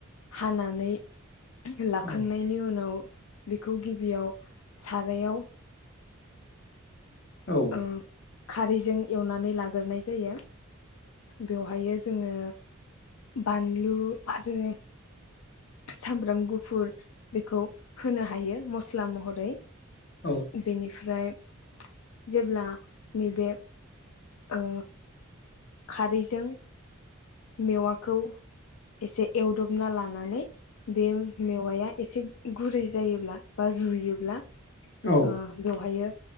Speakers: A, on the left; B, on the left.
A: हानानै लाखांनायनि
B: औ
A: उनाव बेखौ गि बेयाव सारायाव
B: औ
A: ओं खारैजों एवनानै लाग्रोनाय जायो। बेवहायो जोङो बानलु आरो सामब्राम गुफुर बेखौ होनो हायो मस्ला महरै।
B: औ
A: बेनिफ्राय जेब्ला नैबे ओ खारैजों मेवाखौ एसे एवदबना लानानै बेयो मेवाइया एसे गुरै जायोब्ला बा रुयोब्ला
B: औ
A: ओ बेवहायो